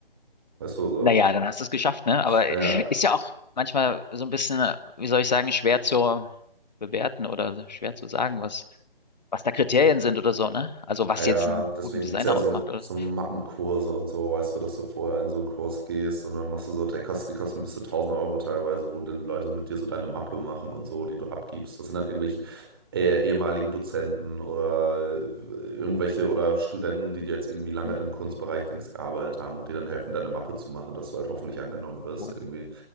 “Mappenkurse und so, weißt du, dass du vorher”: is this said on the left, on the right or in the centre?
Right